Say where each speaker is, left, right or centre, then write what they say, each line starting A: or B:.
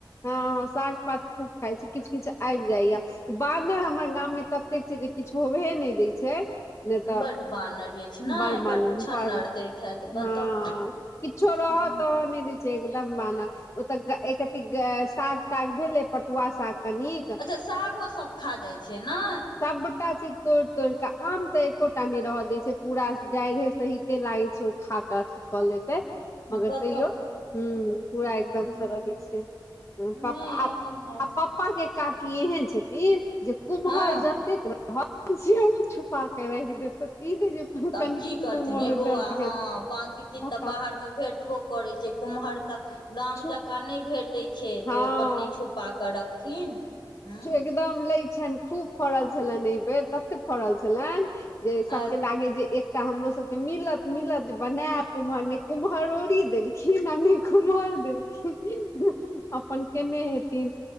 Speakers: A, on the left; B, on the left.
A: हँ हँ साग पात खूब खाइ छी किछु किछु आबि जाइया बादर हमर गाम मे तब। छै जे किछु होबे नहि दै छै। नहि
B: बड
A: तऽ
B: बानर अछि ने
A: बड़ मान
B: बड उछन्नर
A: पर
B: दैत हैत बताउ
A: हँ किछो। त
B: ह
A: त नहि दै छै एकदम बानह ओ तऽ एक। साग ताग भेले पटुआ साग कनिक।
B: अच्छा सागो सभ खा जाइ छै ने।
A: सभटाच तोड़ि तोड़ के आम तऽ एकोटा ने रह दय छै पूरा गाढ़े सहिते लागे छै ओ खाक कऽ लेतै मगर
B: बताउ
A: तैयो ह पूरा एकदमसँ
B: हूं
A: रहै छै। प
B: नहि
A: <unintelligible>
B: हमरा
A: आ पप्पा के काकी एहेन छथिन जे कुम्हर
B: हँ
A: जतेक। जे छुपा कर र दे तऽ दे जे
B: तऽ आब
A: कनि
B: की करथिन
A: कुम्हर
B: हे बौआ
A: दऽ दिय
B: हँ बाँकी चीज
A: पता
B: तऽ बाहरमे भेटबो करैत छै कुम्हर। तऽ गाम
A: छुप
B: जकाँ नहि भेटैत छै
A: हँ
B: तऽ ओ अपन नहि छुपा कऽ रखथिन। हँ
A: एकदम लै छनि खूब फड़ल छलनि एहि बेर तते फड़ल छलनि। जे सभके
B: आ
A: लागे जे एकटा हमरो सभके मिलत मिलत जे बनायब कुम्हर कुम्हार अदोरी देली ख नानी कुमर देलखिन अपन केने हेथिन।